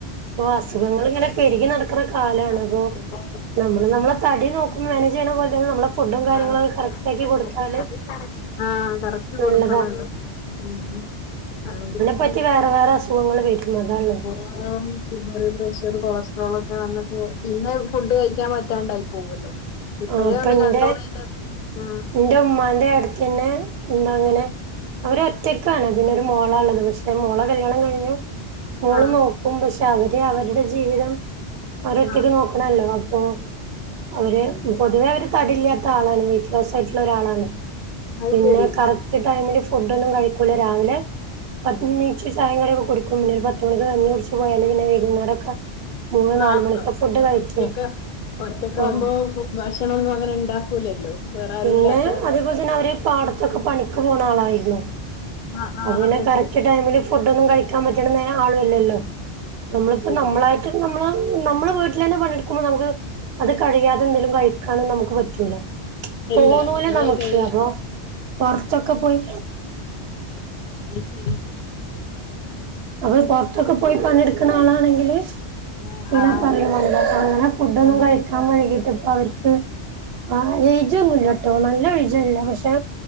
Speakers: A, on the right; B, on the left.
A: ഇപ്പൊ അസുഖങ്ങള് ഇങ്ങനെ പെരുകി നടക്ക്ണ കാലാണ്
B: ആ,
A: അപ്പൊ
B: പിന്നെ
A: നമ്മള് നമ്മളെ തടി നോക്കും. മാനേജ് ചെയ്യ്ണ പോലെ തന്നെ നമ്മളെ ഫുഡും കാര്യങ്ങളൊക്കെ
B: ആഹ്
A: കറക്റ്റ്
B: അതെ
A: ആക്കി കൊടുത്താല്
B: അതെ അത് കറക്റ്റ് കൊടുക്കണല്ലോ
A: നല്ലതാ
B: ഉം ഉം അല്ലങ്കിപ്പൊ
A: പറ്റി വേറെ വേറെ അസുഖങ്ങൾ വെരുന്നതാണ്
B: ആഹ് ഷുഗർ, പ്രഷർ, കൊളസ്ട്രോൾ ഒക്കെ വന്നിട്ട് പിന്നെ ഫുഡ് കഴിക്കാൻ പറ്റാണ്ടായി പോവൊല്ലോ ഇപ്പഴേ
A: ആഹ് ഇപ്പ
B: ഒന്ന്
A: ഇന്റെ
B: കണ്ട്രോളെയ്താൽ ആഹ്
A: ഇന്റെ ഉമ്മാന്റെ ഏട്ടത്തിയന്നെ എന്താ അങ്ങനെ അവരെ റ്റക്കാണ് പിന്നെ ഒരു മോള ഇള്ളത് പക്ഷെ മോളെ കല്യാണം കഴിഞ്ഞു മോള്
B: ആഹ്
A: നോക്ക് നോക്കും പക്ഷേ അവര് അവർടെ ജീവിതം അവരോറ്റക്ക്
B: ആഹ്
A: നോക്ക് ആണല്ലോ അപ്പോ അവര് പൊതുവെ അവര് തടില്ലാത്ത ആളാണ് വ വയസ്സായിട്ടുള്ള ഒരാളാണ്
B: അത്
A: പിന്നെ
B: ശരി
A: കറക്റ്റ് ടൈമില് ഫുഡ് ഒന്നും കഴിക്കൂല രാവിലെ അപ്പൊത് നീച് ചായിം കടിയൊക്കെ കുടിക്കും പിന്നെ ഒരു പത്ത് മണിക്ക് കഞ്ഞികുട്ച്ച് പോയാലേ പിന്നെ വൈകുന്നേരൊക്കെ മൂന്ന് നാല്
B: ആഹ്
A: മണിക്കാ
B: ആ
A: ഫുഡ് കഴിക്ക
B: ഒറ്റക്ക ഒറ്റക്ക
A: ആഹ്
B: ആവുമ്പോ ഭക്ഷണംഒന്നും അങ്ങനെ ഇണ്ടാക്കൂലല്ലോ വേറെ ആരും
A: പിന്നെ
B: ഇല്ലാത്തോണ്ട്
A: അതേപോലെ തന്നെ അവര് പാടത്തൊക്കെ പണിക്ക് പോണ ആ ളായിരുന്നു.
B: ആഹ് ആഹ്
A: അപ്പ പിന്നെ
B: എന്നിട്ട്
A: കറക്റ്റ് ടൈമില് ഫു ഫുഡൊന്നും കഴിക്കാൻ പറ്റ്ണ ആളും അല്ലല്ലോ. നമ്മള്പ്പോ
B: ആഹ് ശരി
A: നമ്മളായി ട്ട് നമ്മള് നമ്മളെ വീട്ടിലെന്നെ പണിട് ക്കുമ്പോ നമക്ക് അത് കഴിയാതെന്തെങ്കിലു കഴിക്കാനും നമുക്ക് പറ്റൂല തോന്നൂല
B: ഇല്ല ഇങ്ങള്
A: നമുക്ക്
B: കഴിയട്ടെ
A: അപ്പൊ പൊർത്തൊക്കെ പോയ്
B: അത് ശരി
A: അപ്പൊ പൊർത്തൊക്കെ പോയി പണിയെട്ക്കുന്ന ആളാണെങ്കില്
B: ആഹ്
A: പിന്നെ
B: ആഹ്
A: പറയും വാണ്ട അങ്ങനെ ഫുഡൊന്നും
B: ആഹ്
A: കഴിക്കാൻ വഴ്കീട്ട് ഇപ്പഅവർക്ക് ആഹ് ഏയ്ജൊന്നുല്ല ട്ടോ നല്ല എയ് ജ് ല്ല പക്ഷെ